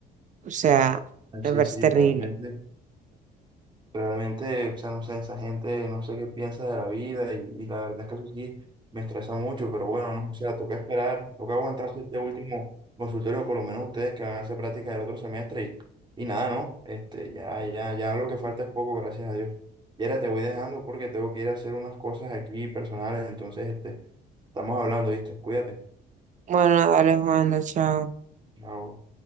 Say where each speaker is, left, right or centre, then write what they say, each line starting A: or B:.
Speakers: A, on the right; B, on the right.
A: O sea, me
B: Sí,
A: parece
B: sí,
A: terrible.
B: realmente, realmente, o sea, no sé, esa gente no sé qué piensa de la vida y, y la verdad es que eso sí me estresa mucho, pero bueno, no, o sea, toca esperar, toca aguantarse este último consultorio, por lo menos ustedes que van a hacer práctica del otro semestre y, y nada, ¿no? Este, ya, ya, ya lo que falta es poco, gracias a Dios. Y ahora te voy dejando porque tengo que ir a hacer unas cosas aquí personales, entonces, este, estamos hablando, ¿viste? Cuídate.
A: Bueno, dale, Juanda, chao.
B: Chao.